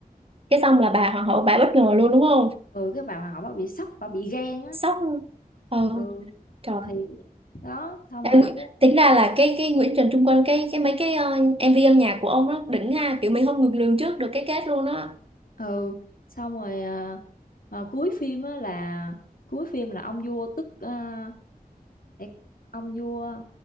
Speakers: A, on the right (about 35°); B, on the left (about 65°).
A: cái xong là bà hoàng hậu bà bất ngờ luôn đúng không?
B: ừ cái bà hoàng hậu bà bị sốc bà bị ghen á
A: Sốc. luôn. Ờ,
B: ừ
A: trời.
B: thì đó xong
A: Em
B: rồi
A: tính ra là cái cái Nguyễn Trần Trung Quân cái cái mấy cái ờ, MV âm nhạc của ông nó đỉnh ha, kiểu mình không ngược lường trước được cái kết luôn á.
B: ừ xong rồi à, à, cuối phim á là cuối phim là ông vua tức à, để, ông vua